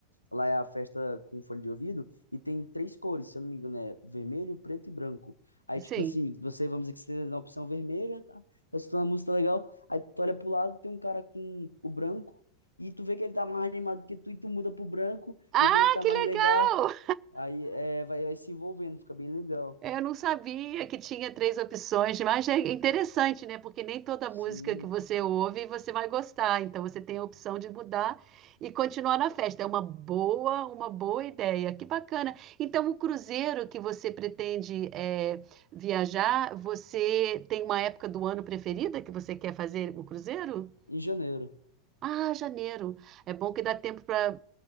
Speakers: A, on the left; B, on the right.
A: Lá é a festa com um fone de ouvido e tem três cores, se eu não me engano, é vermelho, preto e branco. Aí,
B: Sim.
A: tipo assim, você, vamos dizer que você tá na opção vermelha, tá? Tá escutando a música legal, aí tu olha pro lado, tem um cara com o branco e tu vê que ele tá mais animado que tu e tu muda pro branco
B: Ah,
A: e vê que tá
B: que
A: mais
B: legal!
A: legal. Aí é, vai, vai se envolvendo, fica bem legal.
B: É, Eu não sabia que tinha três opções, mas é interessante, né? Porque nem toda
A: Sim,
B: música que você ouve você vai gostar. Então você tem a opção de mudar e continuar na festa. É uma boa, uma boa ideia. Que bacana. Então o cruzeiro que você pretende é, viajar, você tem uma época do ano preferida que você quer fazer o cruzeiro?
A: em janeiro.
B: Ah, janeiro. É bom que dá tempo para